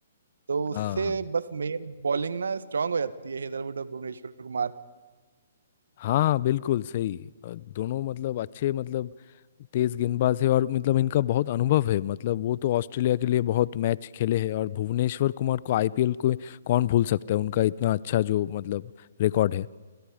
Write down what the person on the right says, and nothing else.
तो उससे
बस मेन बॉलिंग ना स्ट्रांग हो जाती है हेदरवुड और भुवनेश्वर कुमार